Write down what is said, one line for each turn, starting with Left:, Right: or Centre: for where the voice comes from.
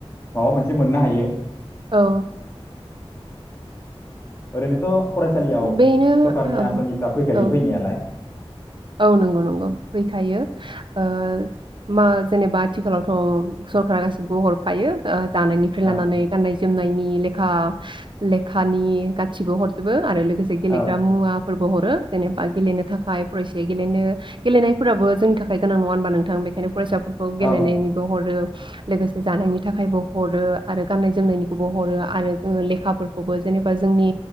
Left: माबा मोनसे मोननो हायो।
Right: औ
Left: ओरैनोथ फरायसालियाव
Right: बेनो
Left: सरखारारनि
Right: औ
Left: आसनिफ्रा फैखायो
Right: औ
Left: फैनायालाय।
Right: औ नंगौ नंगौ फैखायो ओ मा जेनेबा आथि ओनसोलावथ सरकारा गासिबो हरखायो ओ जानायनिफ्राय लानानै
Left: औ
Right: गाननाय जोमनायनि लेखा लेखानि गासिबो हरजोबो आरो से गेलेग्रा
Left: औ
Right: मुवा फोरबो हरो जेनेबा गेलेनो थाखाय फरायसाया गेलेनो गेलेनायफोराबो जोंनि थाखाय गोनां नङा होनबा नोंथां बेखायनो फरायसा बेखौ गेलेनायनिबो
Left: औ
Right: हरो लोगोसे जानायनि थाखायबो हरो आरो गान्नाय जोमनायनिखौबो हरो आरो जोङो लेखाफोरखौबो जेनेबा जोंनि